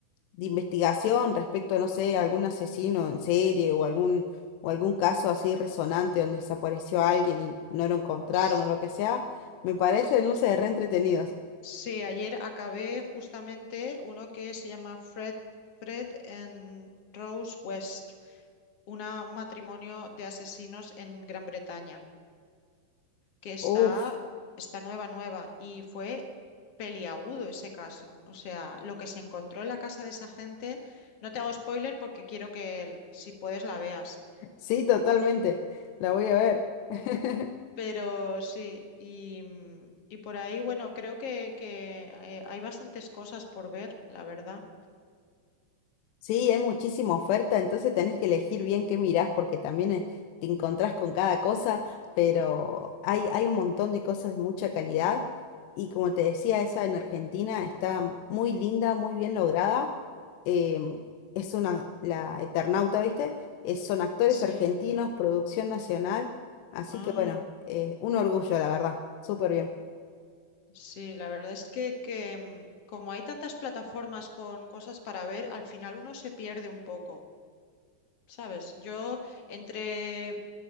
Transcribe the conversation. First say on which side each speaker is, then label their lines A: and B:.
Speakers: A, on the left; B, on the left.
A: de investigación respecto, no sé, a algún asesino en serie o algún, o algún caso así resonante donde desapareció alguien y no lo encontraron
B: S-
A: o lo que sea. Me parecen,
B: s-
A: no sé, re entretenidos.
B: Sí, ayer acabé justamente uno que se llama Fred, Fred and Rose West, un matrimonio de asesinos en Gran Bretaña. que está,
A: Uf.
B: está nueva, nueva, y fue peliagudo ese caso. O sea, lo que se encontró en la casa de esa gente, no te hago spoiler porque quiero que el- si puedes la veas.
A: Sí, totalmente. La voy a ver. <laughs>
B: Pero sí, y, mm, y por ahí, bueno, creo que, que, eh, hay bastantes cosas por ver, la verdad.
A: Sí, hay muchísima oferta, entonces tenés que elegir bien qué mirás porque también eh, te encontrás con cada cosa, pero hay, hay un montón de cosas de mucha calidad y como te decía, esa en Argentina está muy linda, muy bien lograda. em, es una, la Eternauta, ¿viste? Es- son actores
B: Sí.
A: argentinos, producción nacional, así
B: Ah,
A: que bueno, eh, un orgullo, la verdad, súper bien.
B: sí, la verdad es que, que mm, como hay tantas plataformas con cosas para ver, al final uno se pierde un poco, ¿sabes? Yo entre